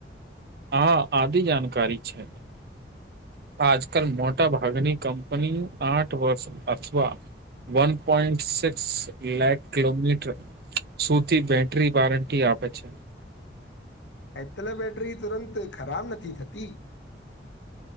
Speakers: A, on the right (about 55°); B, on the left (about 80°).
A: હા આદિ જાણકારી છે. આજકાલ મોટા ભાગની કંપની આઠ વર્ષ અથવા, one point six like kilometre, સુથી બેટરી વારંટી આપે છે.
B: એટલે બેટરી તુરંત ખરાબ નથી થતી.